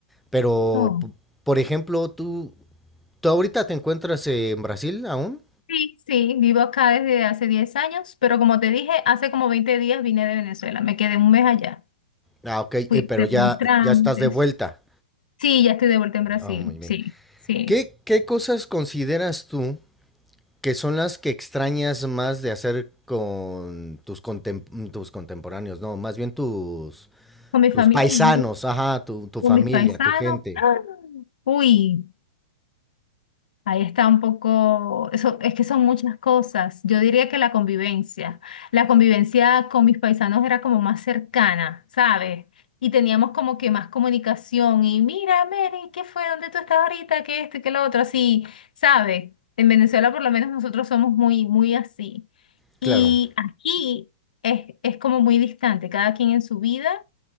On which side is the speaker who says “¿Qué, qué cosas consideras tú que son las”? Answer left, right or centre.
Centre